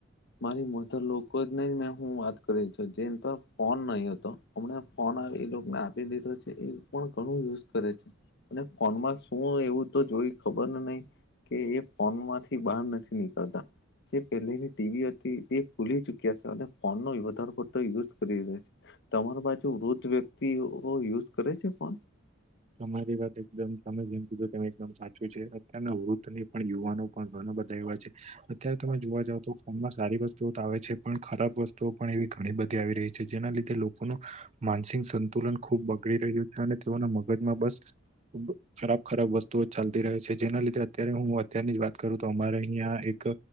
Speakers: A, on the left (about 60°); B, on the right (about 35°).
A: મારી મધર લોકો જ નને મે હું વાત કરી છું જે પર ફોન નહી હતો હમને ફોન આવે એ લોક ને આપી દીધો છે એ પણ ઘણું યુઝ કરે છે. અને ફોનમાં શું એવું તો જોઈ ખબર નહીં. કે એ ફોન માંથી બહાર નથી નીકળતા. જે પહેલેની ટીવી હતી તે ભૂલી ચુક્યા છે અને ફોન ન વધાર પડતો યુઝ કરી રહ્યો છે. તમાર બાજુ વૃદ્ધ વ્યક્તિઓ યુઝ કરે છે ફોન?
B: તમારી વાત એકદમ તમે જેમ કીધો તેમ એકદમ સાચું છે અત્યારના વૃદ્ધની પણ યુવાનો પણ ઘણા બધા એવા છે. અત્યારે તમે જોવા જાવ તો ફોનમાં સારી વસ્તુઓ તો આવે છે, પણ ખરાબ વસ્તુઓ પણ એવી ઘણી બધી આવી રહી છે. જેના લીધે લોકોનું માનસિક સંતુલન ખૂબ બગડી રહ્યું છે, અને તેઓના મગજમાં બસ ખરાબ ખરાબ વસ્તુઓ ચાલતી રહે છે. જેના લીધે અત્યારે હું અત્યારની જ વાત કરું તો અમારે અહિયાં એક